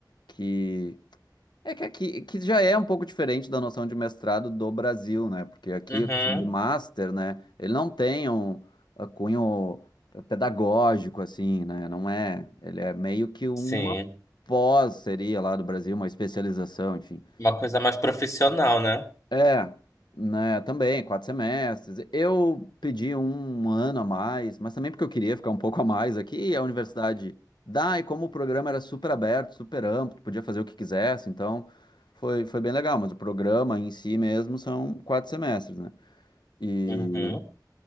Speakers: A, on the left (about 85°); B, on the left (about 45°).
A: Que É que aqui que já é um pouco diferente da noção de mestrado do Brasil, né? Porque aqui
B: Uhum,
A: o que se chama de master, né? Ele não tem um uh, cunho uh, pedagógico, assim, né? Não é. Ele é meio que uma
B: sim.
A: pós, seria lá do Brasil, uma especialização, enfim.
B: Uma coisa mais profissional, né?
A: É, né, também, quatro semestres. Eu pedi um um ano a mais, mas também porque eu queria ficar um pouco a mais aqui, e a universidade dá, e como o programa era super aberto, super amplo, podia fazer o que quisesse, então foi, foi bem legal, mas o programa em si mesmo são quatro semestres, né? E,
B: Uhum,